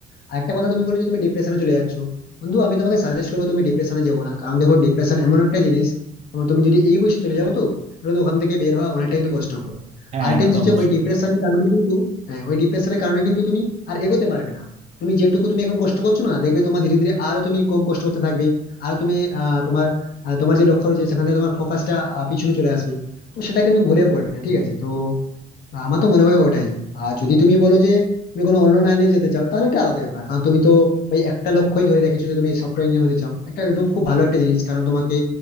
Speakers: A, on the left; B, on the right.
A: আর একটা কথা তুমি বলে যে তুমি ডিপ্রেশনে চলে যাচ্ছ বন্ধু আমি তোমাকে সাজেস্ট করবো তুমি ডিপ্রেশনে যেও না কারণ দেখো ডিপ্রেশন এমন একটা জিনিস তোমার তুমি যদি এই বয়সে চলে যাও তো তাহলে তো ওখান থেকে বের হওয়া অনেকটা কিন্তু কষ্টকর
B: হ্যাঁ
A: আর
B: হ্যাঁ,
A: একটা
B: তা
A: জিনিস
B: তো
A: হচ্ছে
B: অবশ্যই
A: ওই ডিপ্রেশনের কারণে কিন্তু হ্যাঁ ওই ডিপ্রেশনের কারণে কিন্তু তুমি আর এগোতে পারবে না তুমি যেটুকু তুমি এখন কষ্ট করছো না দেখবে তোমার ধীরে ধীরে আরো তুমি কম কষ্ট হতে থাকবে আর তুমি আহ তোমার আহ, তোমার যে লক্ষ্য রয়েছে সেখান থেকে তোমার ফোকাসটা পিছনে চলে আসবে তো সেটা কিন্তু ভুলেও করবে না ঠিক আছে তো আমার তো মনে হয় ওটাই আর যদি তুমি বলো যে তুমি কোনো অন্য লাইনে যেতে চাও তাহলে এটা আলাদা ব্যাপার কারণ তুমি তো ওই একটা লক্ষ্যই ধরে রেখেছো যে তুমি সফটওয়্যার ইঞ্জিনিয়ার হতে চাও একটা একদম খুব ভালো একটা জিনিস কারণ তোমাকে